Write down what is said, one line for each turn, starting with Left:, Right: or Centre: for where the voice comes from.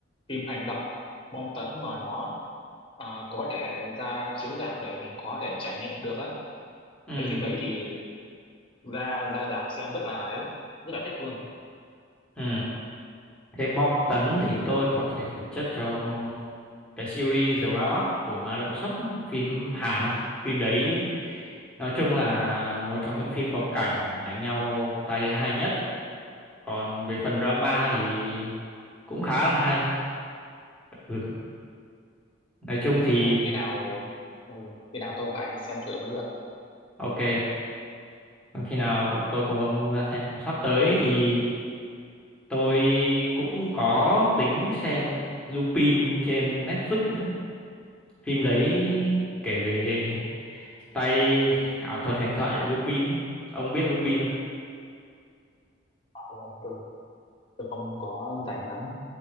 Left: phim hành động, bom tấn mà nó ờ, có thể ra chiếu rạp để mình có thể trải nghiệm được á.
Centre: Ừ,
Left: Mấy phim đấy thì ra ra rạp xem rất là ấy, rất là thích luôn.
Centre: ừ. Thế bom tấn thì tôi có thể suggest cho ông cái series The Roundup của Ma Đông Sốc phim Hàn ấy. Phim đấy nói chung là một trong những phim có cảnh đánh nhau tay hay nhất còn về phần drama thì cũng khá là hay ừ. nói chung
Left: Thế thì
Centre: thì
Left: ờ, khi nào ừ, khi nào tôi phải xem thử mới được.
Centre: ok còn khi nào tôi cùng ông ra xem sắp tới thì tôi cũng có tính xem Lupin trên Netflix nữa phim đấy kể về tay ảo thuật huyền thoại Lupin ấy ông biết Lupin không
Left: Ờ, Tôi, tôi không có rảnh lắm.